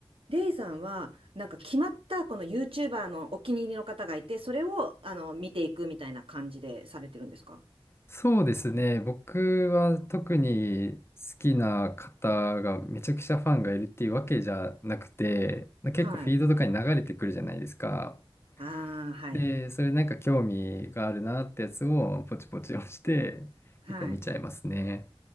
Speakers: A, on the right (about 85°); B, on the left (about 25°).
A: レイさんは、なんか決まったこの YouTuber のお気に入りの方がいて、それを、あの、見ていくみたいな感じでされてるんですか
B: そうですね。僕は特に好きな方がめちゃくちゃファンがいるっていうわけじゃなくて、結構フィードとかに流れてくるじゃないですか。
A: はい。ああ、はい。
B: で、それなんか興味があるなってやつをポチポチ押して、
A: はい。
B: 結構見ちゃいますね。